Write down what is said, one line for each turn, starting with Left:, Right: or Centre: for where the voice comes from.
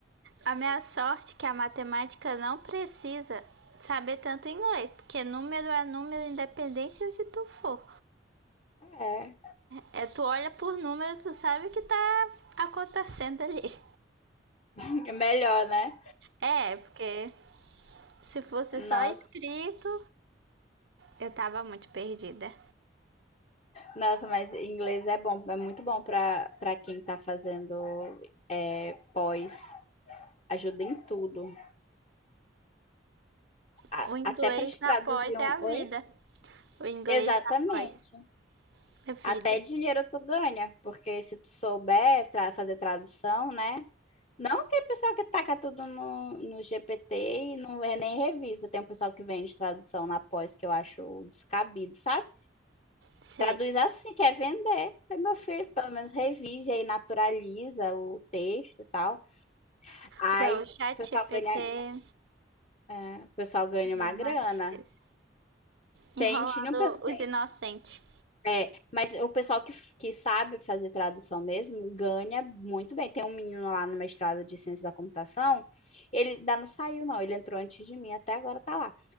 Right: A minha sorte é que a matemática não precisa saber tanto inglês, porque número é número independente de onde tu for.
Left: É,
Right: É, tu olha por número, tu sabe o que tá acontecendo ali.
Left: <laughs> é melhor, né?
Right: É, porque se fosse
Left: Nossa,
Right: só escrito, eu tava muito perdida.
Left: nossa, mas inglês é bom, é muito bom para para quem tá fazendo é, pós. Ajuda em tudo. A-
Right: O inglês
Left: até para te
Right: na
Left: traduzir
Right: pós é
Left: um.
Right: a vida.
Left: Oi?
Right: O inglês
Left: Exatamente.
Right: na pós é vida.
Left: Até dinheiro tu ganha, porque se tu souber tra- fazer tradução, né? Não aquele pessoal que taca tudo no, no GPT e não é nem revisa. Tem um pessoal que vende tradução na pós que eu acho descabido, sabe?
Right: Sei.
Left: Traduz assim, quer vender. Aí, meu filho, pelo menos revise aí, naturaliza o texto e tal. Aí
Right: Então, o chat
Left: o pessoal
Right: GPT
Left: ganha,
Right: é
Left: é, o pessoal ganha uma
Right: uma
Left: grana.
Right: tristeza. Enrolando
Left: Tem, tinha um pessoal.
Right: os
Left: Tem,
Right: inocentes.
Left: é, mas o pessoal que, que sabe fazer tradução mesmo ganha muito bem. Tem um menino lá no mestrado de ciência da computação. Ele ainda não saiu, não. Ele entrou antes de mim, até agora tá lá.